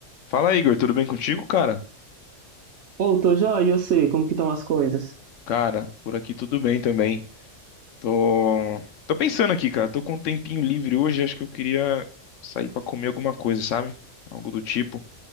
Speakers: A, on the left (about 80°); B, on the right (about 70°).
A: Fala, Igor, tudo bem contigo, cara?
B: Ô, tô joia, eu sei como que estão as coisas.
A: Cara, por aqui tudo bem também. Tô, tô pensando aqui, cara. Tô com um tempinho livre hoje, acho que eu queria sair pra comer alguma coisa, sabe? Algo do tipo.